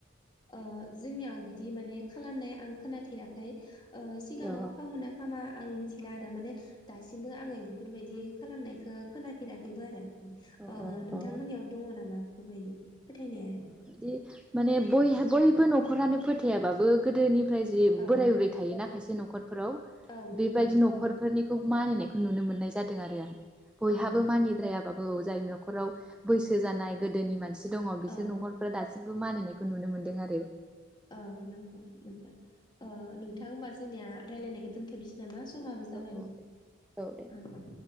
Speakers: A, on the left; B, in the centre.
A: ओ जोंनियाव बिदि माने खालामनाय आं खोनाफेराखै ओ सिगाङाव
B: अ
A: खामोना खामा आं मिथिला आरो माने दासिमबो आङो बेफोरबायदि खालामनायखौ खोनाफेराखैबो आरो ओ-
B: अ अ
A: नोंथांमोननियाव
B: अ
A: दङ नामा बेफोरबायदि फोथायनाय?
B: बिदि माने बहा बयबो न'खरानो फोथायाबाबो गोदोनिफ्राय जि
A: औ
B: बोराय बुरै थ थायोना खायसे न'खरफोराव
A: औ नंगौ
B: बेबायदि
A: दङ
B: नख'रफोरनि खौ मानिनायखौ नुनो मोननाय जादों आरो आं
A: औ
B: बयहाबो मानिद्राया बाबो जाय न'खराव बैसो जानाय गोदोनि मानसि दङ बिसोर
A: औ
B: न'खर फोर दासिमबो मानिनायखौ नुनो मोन्दों आरो
A: औ नगौ मजां ओ- नोंथां होमबा जोंनिया रायजलायनायखौ दोनथ'नोसै नामा समाबो जाबायमोन
B: औ औ दे औ दे